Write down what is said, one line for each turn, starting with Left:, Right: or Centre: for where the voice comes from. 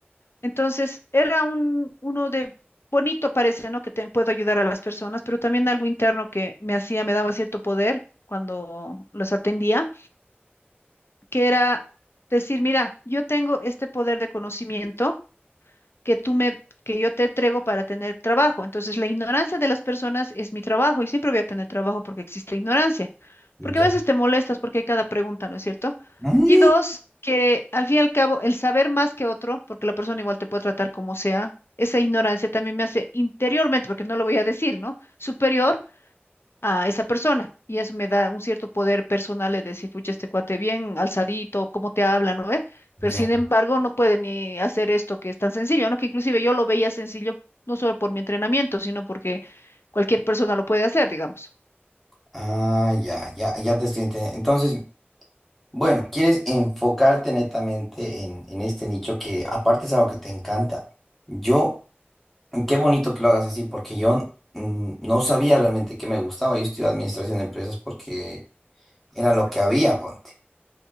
Left: Entonces, era un, uno de bonito parece, ¿no? Que te puedo ayudar a las personas, pero también algo interno que me hacía, me daba cierto poder cuando los atendía, que era decir, mira, yo tengo este poder de conocimiento que tú me, que yo te entrego para tener trabajo. Entonces, la ignorancia de las personas es mi trabajo y siempre voy a tener trabajo porque existe ignorancia.
Centre: ya.
Left: Porque a veces te molestas porque hay cada pregunta, ¿no es cierto?
Centre: Mm,
Left: Y dos, que al fin y al cabo, el saber más que otro, porque la persona igual te puede tratar como sea, esa ignorancia también me hace interiormente, porque no lo voy a decir, ¿no? Superior a esa persona. Y eso me da un cierto poder personal de decir, pucha, este cuate bien alzadito, cómo te habla, ¿no ve? Pero
Centre: Ya.
Left: sin embargo, no puede ni hacer esto que es tan sencillo, ¿no? Que inclusive yo lo veía sencillo, no solo por mi entrenamiento, sino porque cualquier persona lo puede hacer, digamos.
Centre: Ah, ya, ya, ya te estoy entendiendo. Entonces, bueno, quieres enfocarte netamente en, en este nicho que aparte es algo que te encanta. Yo, qué bonito que lo hagas así, porque yo mm, no sabía realmente qué me gustaba. Yo estudié administración de empresas porque era lo que había, ponte.